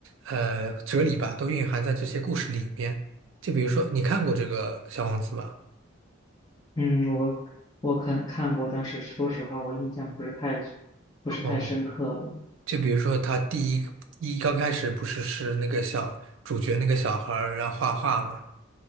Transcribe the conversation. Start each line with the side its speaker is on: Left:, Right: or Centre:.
Right: 呃，哲理吧，都蕴含在这些故事里面。就比如说，你看过这个《小王子》吧？
Left: 嗯，我我看看过，但是说实话，我印象不是太不是太深刻了。
Right: 哦，就比如说他第一第一刚开始不是是那个小主角那个小孩儿，然后画画嘛。